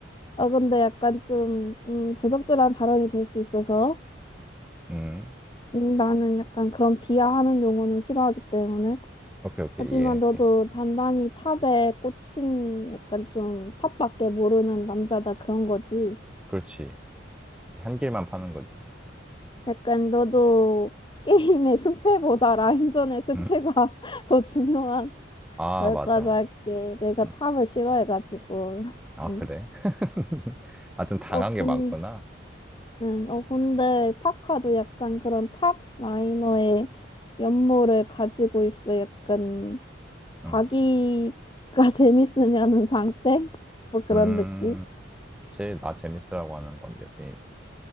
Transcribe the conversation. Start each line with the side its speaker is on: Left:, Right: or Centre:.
Left: 아, 근데 약간 좀, 음, 부적절한 발언이 될 수 있어서,
Centre: 음,
Left: 음, 나는 약간 그런 비하하는 용어는 싫어하기 때문에.
Centre: 오케이, 오케이.
Left: 하지만
Centre: 이해할게.
Left: 너도 단단히 탑에 꽂힌 약간 좀 탑밖에 모르는 남자다 그런 거지.
Centre: 그렇지. 한 길만 파는 거지.
Left: 약간 너도 게임의 <laughs> 승패보다 라인전의 승패가
Centre: 음.
Left: <laughs> 더 중요한
Centre: 아,
Left: 여기까지
Centre: 맞아.
Left: 할게. 내가
Centre: 음.
Left: 탑을 싫어해가지고.
Centre: 아,
Left: <laughs> 응.
Centre: 그래? <laughs> 아, 좀 당한
Left: 어, 군,
Centre: 게 많구나.
Left: 응, 어, 근데 파카도 약간 그런 탑 라이너의 면모를 가지고 있어. 약간 자기가
Centre: 음.
Left: <laughs> 재밌으면은 장땡? 뭐 그런
Centre: 음.
Left: 느낌?
Centre: 그치. 나 재밌으라고 하는 건데, 게임.